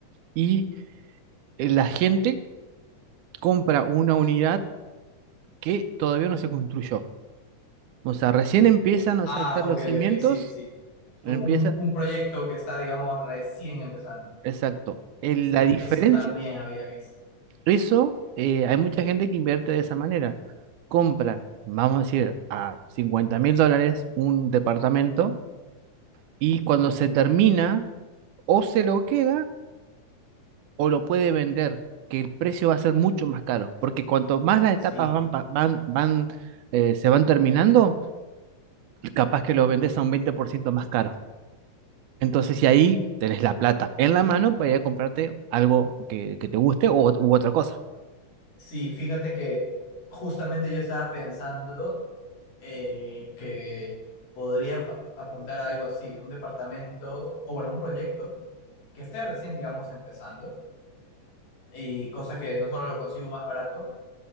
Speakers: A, on the right (about 80°); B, on the left (about 85°).
A: y eh, la gente compra una unidad que todavía no se construyó. O sea, recién empiezan o
B: Ah,
A: sea, a hacer
B: ok,
A: los cimientos,
B: ok, sí, sí.
A: empieza,
B: U- Un, un proyecto que está, digamos, recién empezando.
A: exacto. El-
B: Sí,
A: la diferencia
B: eso también había visto.
A: Eso, eh, hay mucha gente que invierte de esa manera. Compra, vamos a decir, a cincuenta mil dólares un departamento y cuando se termina, o se lo queda o lo puede vender, que el precio va a ser mucho más caro, porque cuanto más las etapas
B: Sí.
A: van, pa- van, van, eh, se van terminando, capaz que lo vendes a un 20% más caro. Entonces, si ahí tenés la plata en la mano para ir a comprarte algo que, que te guste o, u otra cosa.
B: Sí, fíjate que justamente yo estaba pensando eh, que podría ap- apuntar a algo así, un departamento o bueno, un proyecto que esté recién, digamos, empezando y cosas que no solo lo consigo más barato,